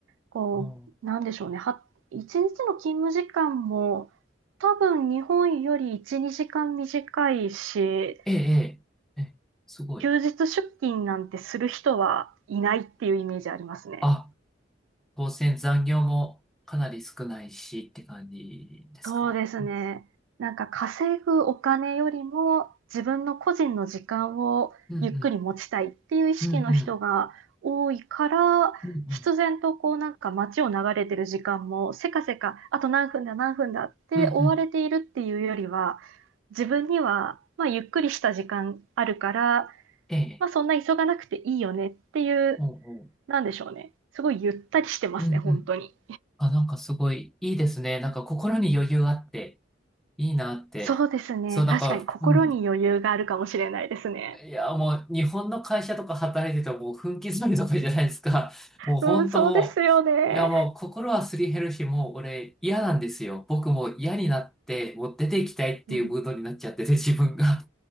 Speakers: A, on the right; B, in the centre.
A: こう、
B: あー
A: なんでしょうね。は、一日の勤務時間も多分日本より1、2時間短いし、
B: ええ、ええ、ええすごい。
A: 休日出勤なんてする人はいないっていうイメージありますね。
B: あ、当然残業もかなり少ないしって感じですか。
A: そうですね。なんか稼ぐお金よりも自分の個人の時間をゆっくり持ちたいっていう意識の人が多いから、
B: うんうん、うんうん、うんうん、
A: 必然とこうなんか街を流れてる時間もせかせか、あと何分だ何分だって追われているっていうよりは、
B: うんうん、
A: 自分にはまあゆっくりした時間あるから、
B: ええ、
A: まあそんな急がなくていいよねっていう、
B: おうおう、
A: なんでしょうね。すごいゆったりしてますね、
B: うんうん。
A: 本当に。
B: あ、なんかすごいいいですね。なんか心に余裕あっていいなって。
A: そうですね。
B: そう、なんか、
A: 確かに心に余裕があるかもしれないですね。
B: うん、いや、もう日本の会社とか働いてたらもう分刻みとかじゃないですか。<laughs> もう本当もう、
A: うん、そうですよね。
B: いやもう心はすり減るし、もう俺嫌なんですよ。僕もう嫌になって、もう出ていきたいっていうムードになっちゃってて、
A: うん。
B: 自分が。